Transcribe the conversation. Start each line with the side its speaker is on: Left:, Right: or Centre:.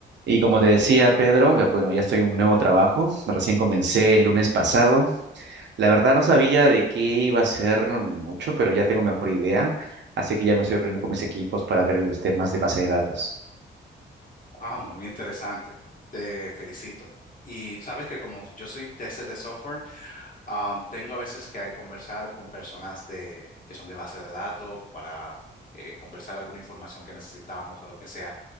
Right: Y como te decía, Pedro, que bueno, ya estoy en un nuevo trabajo, recién comencé el lunes pasado. La verdad no sabía de qué iba a ser mucho, pero ya tengo mejor idea, así que ya me estoy reuniendo con mis equipos para ver los temas de base de datos.
Left: Ah, muy interesante. Te felicito. Y sabes que como yo soy tester de software, am, tengo a veces que conversar con personas de, que son de base de datos para eh, conversar alguna información que necesitamos o lo que sea.